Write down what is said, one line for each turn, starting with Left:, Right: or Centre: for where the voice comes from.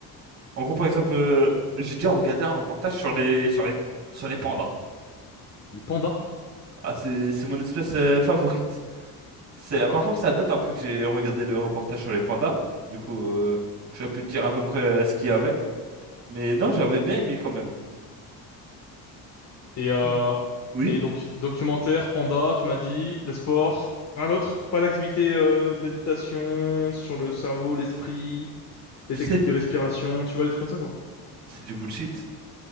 Right: En gros, par exemple, euh, j'ai déjà regardé un reportage sur les, sur les, sur les pandas.
Left: Les pandas.
Right: Ah, c'est, c'est mon espèce euh, favorite. C'est,
Left: D'accord.
Right: par contre, ça date un peu que j'ai regardé le reportage sur les pandas. Du coup, euh, j'aurais pu te dire à peu près euh, ce qu'il y avait. Mais non, j'avais bien aimé quand même.
Left: Et, euh...
Right: Tout- Oui?
Left: Et donc, documentaire, panda, tu m'as dit, le sport. Un autre? Pas d'activité, euh, méditation sur le cerveau, l'esprit, les
Right: C'est,
Left: techniques de respiration, tu vois, les trucs comme ça, quoi.
Right: c'est du bullshit.